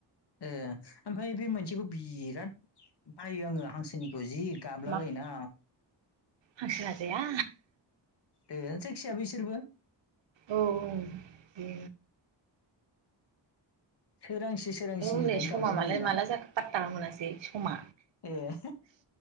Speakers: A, on the left; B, on the right.
A: ओ ओमफ्राय बे मोनसेखौ बिराद बायो आङो हांसोनिखौ जि गाबला
B: मा
A: बायोना
B: हांसो लाजाया
A: दे जायखिजाया बिसोरबो
B: औ औ बे
A: सोरांसि सोरांसिनिफ्रायनो
B: औ नै समा
A: गाबला बायोना
B: मालाय माला
A: ना
B: जाखो पात्ताखौनो मोनासै समा
A: ए